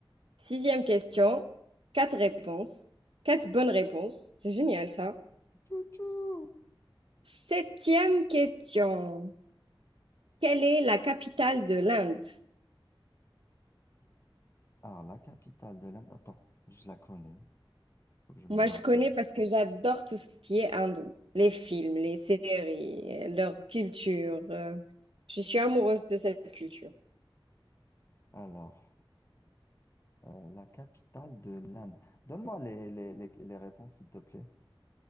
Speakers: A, on the right; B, on the left.
A: Sixième question, quatre réponses, quatre bonnes réponses. C'est génial ça.
B: Tchou-tchou!
A: Septième question, quelle est la capitale de l'Inde?
B: Alors la capitale de l'Inde, attends, je la connais, faut que je me
A: Moi,
B: rappelle.
A: je connais parce que j'adore tout ce qui est hindou, les films, les séries, euh, leur culture. euh, Je suis amoureuse de cette culture.
B: Alors euh, la capitale de l'Inde. Donne-moi les, les, les, les réponses s'il te plaît.